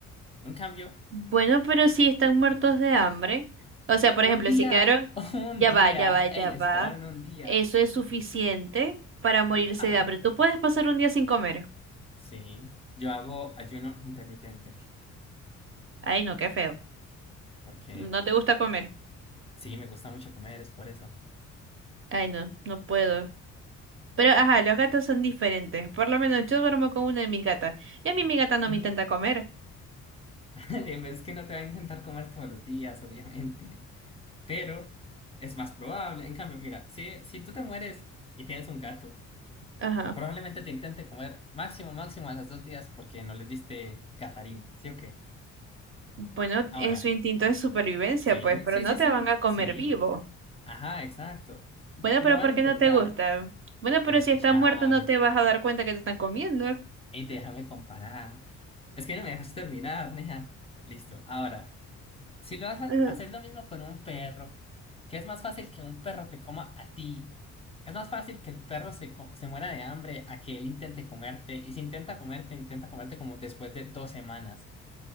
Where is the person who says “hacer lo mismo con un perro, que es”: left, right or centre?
Left